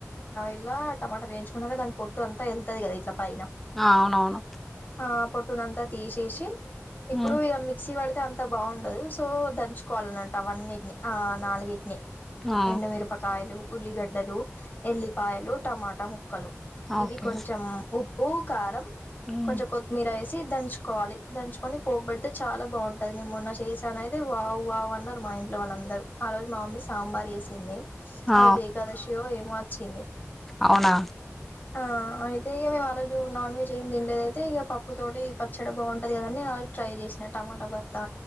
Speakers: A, on the left; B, in the centre.
A: ఇలా టమాటాలు వేయించుకున్నాక దాని పొట్టు అంతా దాని వెళ్తుది కదా ఇట్లా పైనా
B: ఆ, అవునవును
A: ఆ కొట్టు పొట్టునంత తీసేసి ఇప్పుడు
B: ఉమ్,
A: ఇక మిక్సీ పడితే మిక్సీ పడితే అంత బాగుండదు సో దంచుకోవాలన్నట్టు అన్నిటిని ఆ నాలుగింటిని
B: ఆ,
A: ఎండుమిరపకాయలు ఉల్లిగడ్డలు ఎల్లిపాయలు టమాటా ముక్కలు మొక్కలు ఇవి
B: ఓకే
A: కొంచెం ఉప్పు ఉప్పు కారం
B: ఉమ్,
A: కొంచెం కొత్తిమీర వేసి ఇచ్చి దంచుకోవాలి దంచుకొని పోపు పెడితే చాలా బాగుంటుంది అది నేను మొన్న చేశాను అయితే వావ్ వావ్ ఉన్నారు మా ఇంట్లో వాళ్ళందరూ ఆ రోజు మా మమ్మీ సాంబార్ వేసింది ఆరోజు
B: ఆ
A: ఏకాదశి ఏమో చిన్ని
B: అవునా
A: ఆ అయితే ఈరోజు నాన్ వెజ్ ఏం తినలేదుదైతే ఇక పప్పుతోటి పచ్చడి బాగుంటంది కద అని ట్రై చేసిన టమాటా బదులు